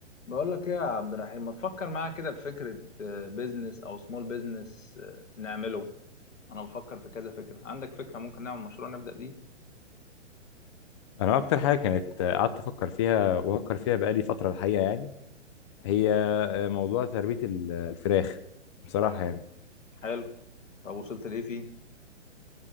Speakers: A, on the left (about 85°); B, on the left (about 25°).
A: بقول لك ايه يا عبد الرحيم ما تفكر معايا كده في فكرة بيزنس او سمول بيزنس نعمله انا بفكر في كذا فكرة عندك فكرة ممكن نعمل مشروع نبدأ بيه
B: انا اكتر حاجه كانت قعدت افكر فيها وافكر فيها بقالي فتره الحقيقه يعني هي آه، موضوع تربيه الفراخ بصراحه يعني
A: حلو طب وصلت لايه فيه